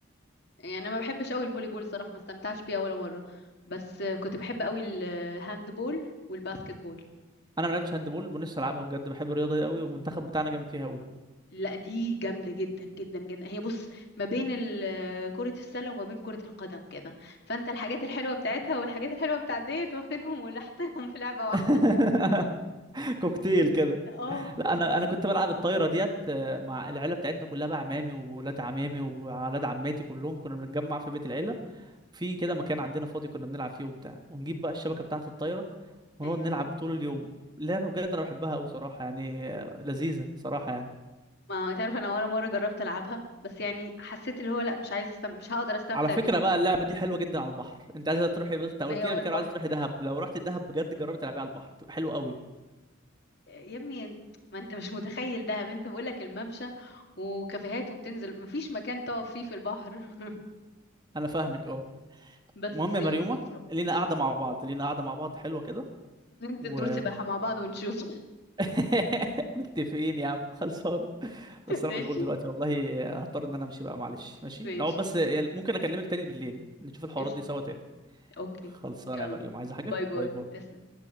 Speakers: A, on the left (about 55°); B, on the right (about 20°).
A: يعني انا ما بحبش قوي الفولي بول صراحة ما استمتعتش بيها ولا مرة بس آه، كنت بحب قوي الهاند بول والباسكت بول
B: انا ما لعبتش هاند بول ونفسي العبها بجد بحب الرياضه دي قوي والمنتخب بتاعنا جامد فيها قوي
A: لا دي جامدة جدا جدا جدا هي بص ما بين ال- آه، كرة السلة وما بين كرة القدم كده فانت الحاجات الحلوة بتاعتها والحاجات الحلوة بتاعت ديت واخدهم ولحقتهم في لعبة واحدة
B: <laughs> كوكتيل كده
A: <laughs> اه
B: لا انا انا كنت بلعب الطايره ديت آه، مع العيله بتاعتنا كلها بقى عمامي وولاد عمامي وولاد عماتي كلهم كنا بنتجمع في بيت العيله في كده مكان عندنا فاضي كنا بنلعب فيه وبتاع ونجيب بقى الشبكه بتاعه الطايره ونقعد
A: ايوه
B: نلعب طول اليوم لعبه بجد انا بحبها قوي صراحه يعني آه، لذيذه صراحه يعني
A: ما تعرف انا ولا مرة جربت العبها بس يعني حسيت اللي هو لا مش عايزة استم... مش هقدر استمتع
B: على فكره
A: بيه
B: بقى اللعبه دي حلوه جدا على البحر انت عايزه تروحي بس انت قلت
A: ما هي
B: لي
A: هو
B: قبل
A: البحر
B: كده عايزه تروحي دهب لو رحت دهب بجد جربي تلعبيها على البحر تبقى حلوه قوي
A: آه، يا ابني انت ما انت مش متخيل دهب انت بقولك الممشى وكافيهات وبتنزل مفيش مكان تقف فيه في البحر <laughs>
B: انا فاهمك اه
A: بس
B: المهم يا
A: يعني
B: مريومة لينا قاعدة مع بعض لينا قاعدة مع بعض حلوة كده
A: ننزل
B: و
A: دور سباحة مع بعض ونشوف <laughs>
B: <laughs> متفقين يا عم خلصانة بس أنا
A: ماشي
B: مشغول دلوقتي والله هضطر إن أنا أمشي بقى معلش ماشي
A: ماشي
B: نقعد بس يعني ممكن أكلمك تاني بالليل نشوف الحوارات
A: قشطة
B: دي سوا تاني
A: اوكي
B: خلصانة
A: يلا
B: يا مريوم عايزة حاجة
A: باي باي
B: باي باي
A: تسلم